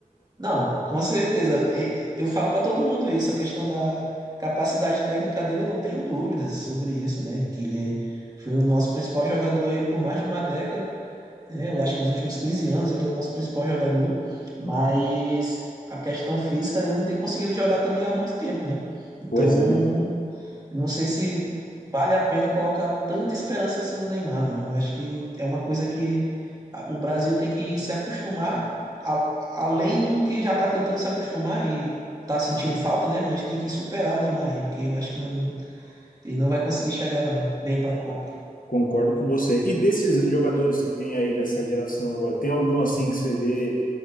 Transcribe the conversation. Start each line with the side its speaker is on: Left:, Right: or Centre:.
Right: não, com certeza. É, é, Eu falo para todo mundo isso, a questão da capacidade técnica dele, eu não tenho dúvidas sobre isso, né? Que ele foi o nosso principal jogador aí por mais de uma década, né? Eu acho que os últimos 15 anos ele é o nosso principal jogador, mas a questão física ele não tem conseguido jogar também há muito tempo, né? Então,
Left: Pois é,
Right: Eu Não sei se vale a pena colocar tanta esperança assim no Neymar, não. Eu acho que é uma coisa que a- o Brasil tem que se acostumar, a- além do que já está tentando se acostumar e está sentindo falta, né? Mas tem que superar o Neymar aí, porque eu acho que não, ele não vai conseguir chegar, não, bem para a Copa.
Left: concordo com você. E desses jogadores que tem aí dessa geração agora, tem algum assim que você vê